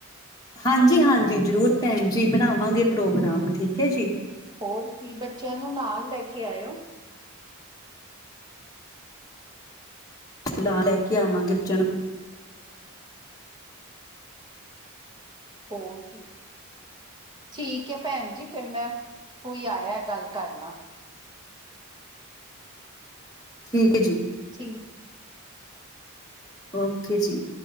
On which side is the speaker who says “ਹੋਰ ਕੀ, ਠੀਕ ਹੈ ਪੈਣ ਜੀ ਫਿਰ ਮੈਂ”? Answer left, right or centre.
Right